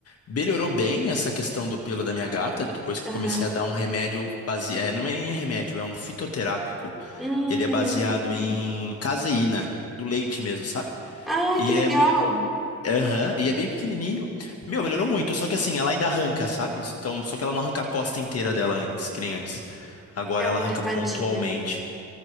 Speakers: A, on the left; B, in the centre.
A: Melhorou bem essa questão do pelo da minha gata, depois que
B: Aham.
A: eu comecei a dar um remédio baseado... É, não é nem remédio, é um fitoterápico.
B: Hum.
A: Ele é baseado em caseína, do leite mesmo, sabe?
B: Ai,
A: E
B: que legal.
A: é, mui- Aham, e é bem pequenininho. Meu, melhorou muito, só que assim, ela ainda arranca, sabe? Então, só que ela não arranca a costa inteira dela antes, que nem antes. Agora
B: Ai,
A: ela arranca
B: tadinha.
A: pontualmente,